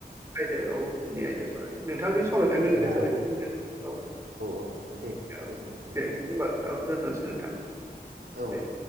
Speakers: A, on the right; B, on the right.
A: आयदा औ उननि आयदायाव नोंथांजों सावरायनानै गोजोननाय
B: जोंहा
A: थाबाय नोंथां औ
B: औ दे
A: औ
B: गोजोननाय थाबाय
A: दे होमबा औ दोनथसै नोंथां
B: औ
A: दे